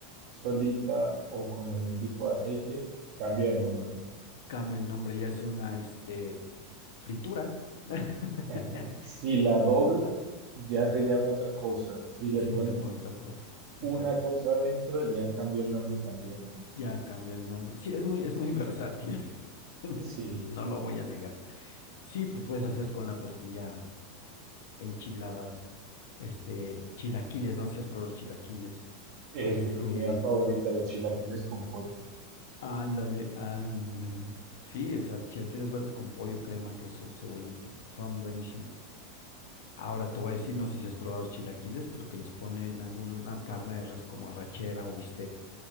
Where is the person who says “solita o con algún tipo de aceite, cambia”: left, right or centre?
Right